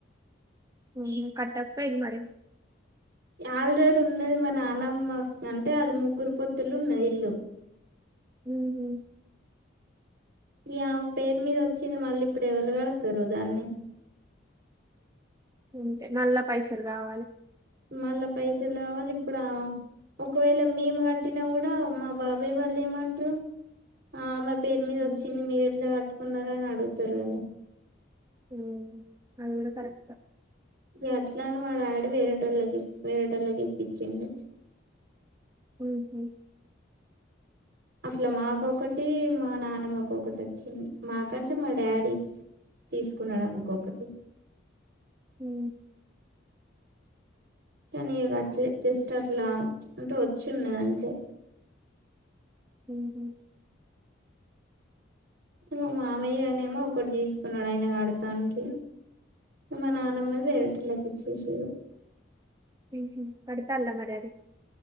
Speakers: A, on the right (about 20°); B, on the right (about 60°).
A: ఉంహు కట్టకపోయిర్రు మరి
B: ఆల్రెడీ ఉన్నది మా నాన్నమ్మ అంటే అది ముగ్గురు పొత్తులున్నది ఇల్లు
A: ఉంహు
B: ఇగా ఆమె పేరు మీదోచ్చింది మళ్ళీ ఇప్పుడు ఎవలు గడ్తరు దాన్ని
A: అంతే మళ్ళ పైసలు కావాలే
B: మళ్ళ పైసలు కావాలి ఇప్పుడా ఒకవేళ మేము గట్టినా గూడా మా బాబాయ్ వాళ్ళు ఏమంట్రు ఆమెక్ పేరు మీద
A: ఉమ్హు,
B: ఒచ్చింది మీరు ఎట్లా కట్టుకున్నారని అడుగుతరో
A: మ్ అది కూడా కరెక్టే
B: గట్లనే మా డాడీ వేరేటోళ్ళకి వేరేటోళ్ళకి ఇప్పించిండు
A: ఉహు
B: అట్లా మాకొకటి మా నానమ్మకొకటి ఒచ్చింది మాకంటే మా డాడీ తీసుకున్నాడునుకో ఒకటి
A: హా
B: కానీ అట్లే జస్ట్ అట్లా అంటే వొచ్చున్నదంతే
A: ఉహు
B: మా మామయ్య నేమో ఒకటి దీస్కున్నాడు ఆయన కడ్తానికి మా నానమ్మది వేరేటోళ్ళకీచ్చేసిర్రు
A: ఉహు కడతాళ్ళ మర్యాద